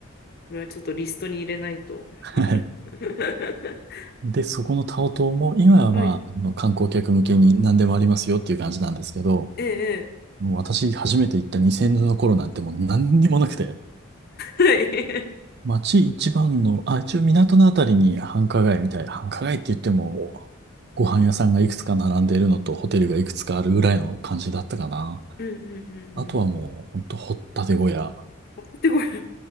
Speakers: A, on the left (about 45°); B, on the right (about 50°).
A: これはちょっとリストに入れないと。<laughs>
B: はい。で、そこのタオ島も、今はまあ、
A: はい、
B: あの観光客向けに何でもありますよっていう感じなんですけど、
A: ええ
B: もう私初めて行った2000年の頃なんてもう何にもなくて、
A: ええはい。
B: 街一番の、あ、一応港のあたりに繁華街みたい。繁華街って言っても、ご飯屋さんがいくつか並んでいるのと、ホテルがいくつかあるぐらいの感じだったかな。
A: <laughs> うん、うん、うん、う
B: あとはもう、
A: ん。
B: ほんと、掘ったて小屋。
A: <laughs> で、これ。